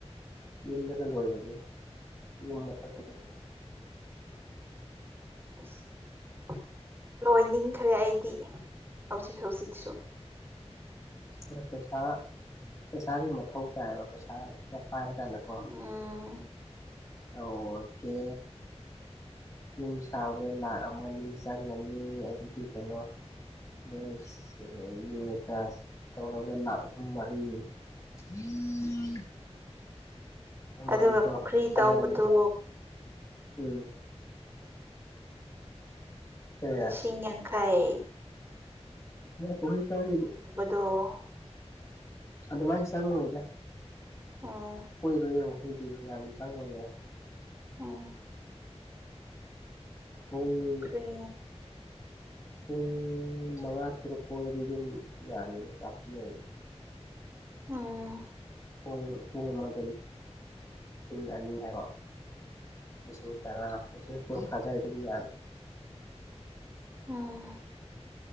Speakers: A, on the left; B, on the right.
A: ꯌꯨꯝꯗꯒ ꯂꯣꯏꯕꯗꯨ ꯌꯨꯝ ꯃꯊꯛꯇꯒ
B: ꯎꯝ ꯑꯁ ꯂꯣꯏꯅꯤꯡꯈ꯭ꯔꯦ ꯑꯩꯗꯤ ꯍꯧꯖꯤꯛ ꯍꯧꯖꯤꯛꯁꯨ
A: ꯇꯣꯔꯥ ꯄꯩꯁꯥ ꯄꯩꯁꯥꯒꯤ ꯃꯊꯧ ꯇꯥꯏꯌꯦꯕ ꯄꯩꯁꯥ ꯈꯔ ꯄꯥꯏꯔꯀꯥꯟꯗꯀꯣ
B: ꯎꯝ
A: ꯑꯣꯀꯦ ꯌꯨꯝ ꯁꯥꯕꯗ ꯂꯥꯛ ꯑꯃꯅꯤꯅꯤ ꯆꯪꯉꯅꯤ ꯑꯗꯨꯒꯤ ꯀꯩꯅꯣ ꯃꯣꯏ ꯌꯦꯡꯉꯀ ꯇꯧꯔꯒ ꯂꯥꯛ ꯑꯍꯨꯝ ꯃꯔꯤ ꯎꯝ
B: ꯑꯗꯨꯒ
A: ꯃꯔꯤꯀꯣ
B: ꯄꯨꯈ꯭ꯔꯤ ꯇꯥꯎꯕꯗꯨ
A: ꯆꯪꯉꯅꯤ ꯎꯝ ꯀꯔꯤ
B: ꯂꯤꯁꯤꯡ ꯌꯥꯡꯈꯥꯏ
A: ꯄ ꯇ ꯍꯧ
B: ꯑꯗꯨꯣ
A: ꯑꯗꯨꯗ ꯃꯥꯥꯏꯁ ꯆ ꯁꯪꯉꯣꯏꯗ
B: ꯎꯝ
A: ꯀꯣꯏꯔꯣꯏꯌꯦꯕ ꯐꯩꯗꯤ ꯌꯥꯝ ꯆꯪꯉꯨꯅꯦ
B: ꯎꯝ
A: ꯄꯨꯡ
B: ꯄꯨꯈ꯭ꯔꯤ
A: ꯄꯨꯡ ꯃꯉꯥ ꯇꯔꯨꯛ ꯐꯥꯎ ꯑꯣꯏꯅꯗꯤ ꯑꯗꯨꯝ ꯌꯥꯅꯤꯗꯦ ꯀꯥꯐ ꯑꯣꯏꯌꯦ
B: ꯎꯝ
A: ꯄ ꯄꯨꯡ ꯑꯃꯗꯁꯤꯡ ꯂꯤꯁꯤꯡ ꯑꯅꯤ ꯍꯥꯏꯕ ꯂꯤꯁꯤꯡ ꯇꯔꯥ ꯂꯤꯁꯤꯡ ꯀꯨꯟꯊ꯭ꯔꯥꯗꯔ ꯑꯗꯨꯝ ꯌꯥ
B: ꯎꯝ